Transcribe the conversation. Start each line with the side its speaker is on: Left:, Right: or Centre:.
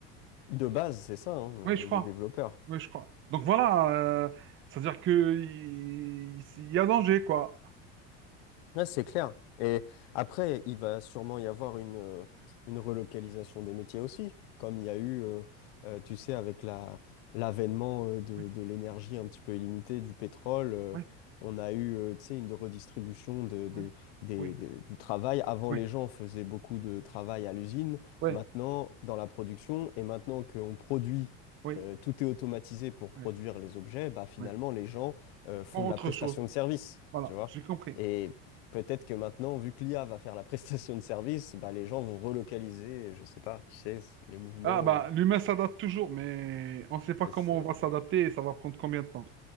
Left: De base, c'est ça. hein,
Right: Oui, je
Left: euh,
Right: crois.
Left: Il est développeur.
Right: Oui, je crois. Donc voilà, euh, c'est-à-dire que il, il y a danger, quoi.
Left: Ouais, c'est clair. Et après, il va sûrement y avoir une, euh, une relocalisation des métiers aussi, comme il y a eu, euh, euh, tu sais, avec la, l'avènement euh, de,
Right: Oui,
Left: de l'énergie un petit peu illimitée, du pétrole, euh,
Right: oui,
Left: on a eu, euh, tu sais, une redistribution de, des,
Right: oui,
Left: des-
Right: oui,
Left: de- du travail. Avant,
Right: oui,
Left: les gens faisaient beaucoup de travail à l'usine,
Right: oui,
Left: maintenant, dans la production, et maintenant qu'on produit,
Right: oui,
Left: euh, tout est automatisé pour produire
Right: oui,
Left: les objets, bah, finalement,
Right: oui.
Left: les gens, euh, font
Right: Pour
Left: de
Right: autre
Left: la prestation
Right: chose.
Left: de service,
Right: Voilà,
Left: tu vois?
Right: j'ai compris.
Left: Et Peut-être que maintenant, vu que l'IA va faire la <laughs> prestation de service, bah, les gens vont relocaliser, je sais pas, tu sais, c- les mouvements,
Right: Ah, bah,
Left: euh,
Right: l'humain s'adapte toujours, mais on ne sait pas
Left: c'est
Right: comment
Left: c'est-
Right: on va s'adapter et ça va prendre combien de temps.